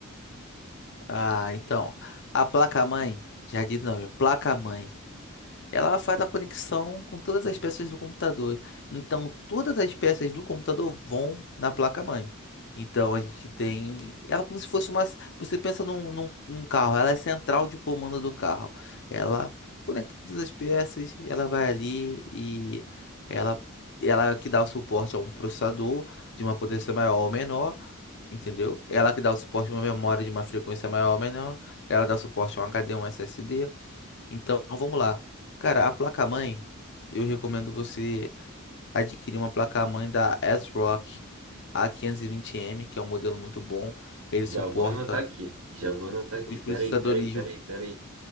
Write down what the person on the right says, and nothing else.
Já
vou anotar aqui. Já vou anotar aqui.
Peraí,
peraí, peraí, peraí.